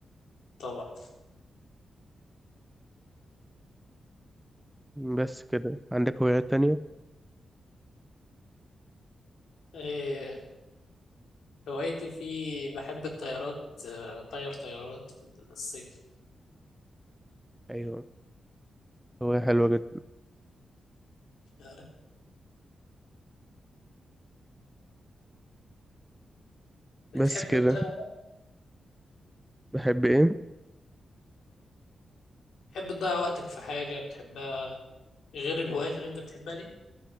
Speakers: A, on the left; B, in the centre.
A: طبعا
B: بس كده عندك هوايات تانية
A: إيه هوايتي في بحب الطيارات آه، طير طيارات في الصيف
B: أيوة هواية حلوة جدا
A: بالك بتحب
B: بس كده
A: تضيع وقت-
B: بحب إيه
A: بتحب تضيع وقتك في حاجة بتحبها غير الهوايات اللي أنت بتحبها دي